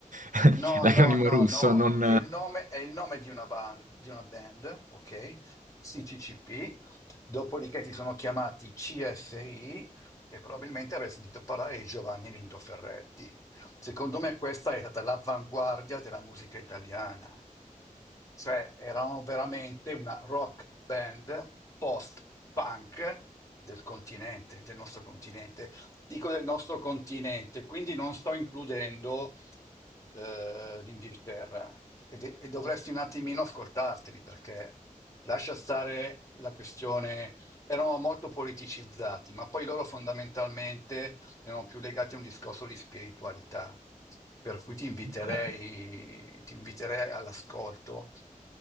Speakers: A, on the right; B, on the left.
A: <laughs>
B: No,
A: l'acronimo
B: no, no,
A: russo,
B: no,
A: non...
B: è il nome, è il nome di una band, di una band, ok? CCCP, dopodiché si sono chiamati CSI e probabilmente avrei sentito parlare di Giovanni Lindo Ferretti. Secondo me questa è stata l'avanguardia della musica italiana, cioè erano veramente una rock band post-punk del continente, del nostro continente. Dico del nostro continente, quindi non sto includendo eh, l'Inghilterra e, de- e dovresti un attimino ascoltarteli perché lascia stare la questione, erano molto politicizzati, ma poi loro fondamentalmente erano più legati a un discorso di spiritualità, per cui ti inviterei,
A: Ok.
B: ti inviterei all'ascolto